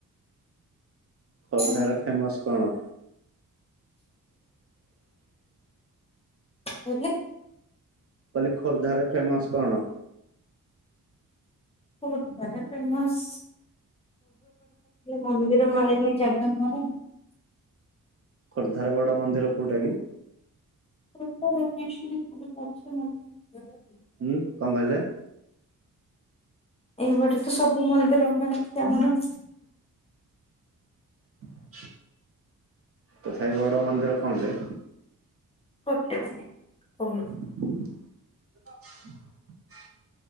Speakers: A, on the right; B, on the left.
A: ଖୋର୍ଦ୍ଧାର
B: କଣ
A: ଫେମସ୍ କଣ
B: କହିଲେ
A: କହିଲି ଖୋର୍ଦ୍ଧାରେ ଫେମସ୍ କଣ
B: ଖୋର୍ଦ୍ଧା ରେ ଫେମସ୍ ମନ୍ଦିର ମାଳିନୀ ଜାଗା ଆମର।
A: ଖୋର୍ଦ୍ଧାରେ ବଡ଼ ମନ୍ଦିର କୋଉଟା କି?
B: ଖୋର୍ଦ୍ଧା ଭୁବନେଶ୍ୱରରେ <inaudible>
A: ହୁଁ କଣ କହିଲେ?
B: ଏଇପଟେ ତ ସବୁ ମନ୍ଦିର ଗୁଡା ଅଛି ଆମର।
A: <unintelligible> ତଥାପି ବଡ ମନ୍ଦିର କଣ ଟେ
B: ଗୋଟେ ମିନିଟ୍।
A: <inaudible>